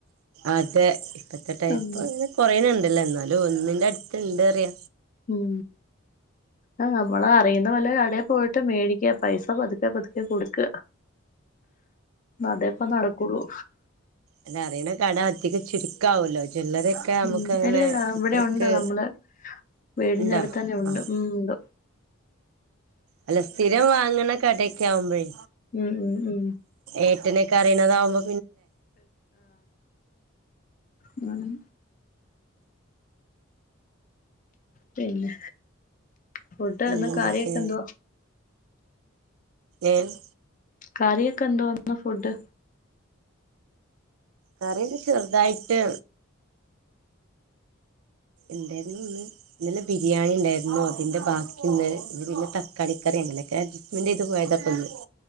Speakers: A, on the right; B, on the left.
A: അതെ ഇപ്പത്തെ ടൈമ്
B: ഉം
A: കൊറണ് ഇണ്ട്ല്ലോ എന്നാലും ഒന്നിന്റെ അടുത്ത് ഉണ്ടന്ന് അറിയ
B: ഉം ആഹ് നമ്മളെ അറിയുന്ന വല്ല കടേപോയിട്ട് മേടിക്ക പൈസ പതുക്കെ പതുക്കെ കൊടുക്ക അതേ ഇപ്പ നടക്കൊള്ളൂ
A: അഹ് അറിയണ കട അധികം ചുരുക്കാവല്ലോ ജ്വല്ലറി ക്കെ നമുക്ക്
B: ഉം
A: അങ്ങനെ
B: ഇല്ലല്ല ഇവിടെ
A: ഇത്രക്ക്
B: ഉണ്ട് നമ്മള് വീടിന്റെ
A: ഉണ്ടോ
B: അടുത്ത് തന്നെ ഉണ്ട്
A: ആഹ്
B: ഉം ഉണ്ട്
A: അല്ല സ്ഥിരം വാങ്ങ്ണ കടയൊക്കെ യാകുബോയെ
B: ഉം ഉം ഉം
A: ഏട്ടനൊ കറിണതാവുമ്പോ
B: ആഹ് പിന്നെ ഫുഡ്
A: പിന്നെന്തൊക്കെ
B: കറിയൊക്കെ എന്തുവാ
A: ഏഹ്
B: കറിയൊക്കെ എന്തുവാ ഫുഡ്
A: കറിന്റെ ചെർതായിട്ട് ന്തായിര്ന്നന്ന് ന്ന് ന്നലെ ബിരിയാണി ണ്ടായിരുന്നു അതിന്റെ ബാക്കിന്ന് പിന്നെ ത കളിക്കറി എങ്ങനൊക്കെ അഡ്സ്മെന്റ് ചെയ്ത് പോയതാ പന്ന്